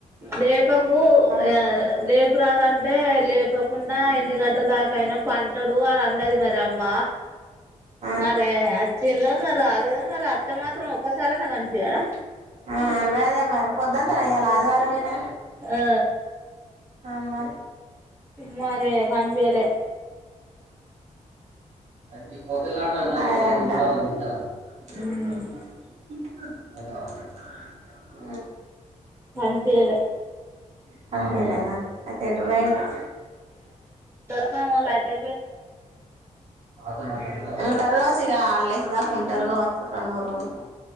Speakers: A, on the right; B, on the right.
A: లేపకు య
B: పోయిండు
A: రేపు రాదం అంటే లేపకుండా ఎన్ని గంటల దాకా అయినా పంటడు అని అన్నది మరి ఆ అమ్మ
B: ఆ
A: మరే వచ్చిండు ద రాలేద ఆన్ అన్న అత్త మాత్రం ఒక్కసారైనా కనిపియ్యడా
B: ఆ అదేగా మరి పొద్దంతా ఎలా ఆదివారం నువ్వేనా
A: ఆ
B: తయ్ అమర్
A: మరే కనిపియ్యలే
B: అ పొట్టిల అన్న హాయ్ అంట వింటా పెం
A: ఉమ్
B: పై <unintelligible> ఇంకా <unintelligible>
A: కనిపియలే
B: ఉ కనిపియ్యలేదా అయితే ఎటు పోయిండు
A: కావాలంటే
B: అఆ <unintelligible> నేను తర్వాతగా అల్లేసి దాక ఉంటారు. ఇంక మూడు రోజులు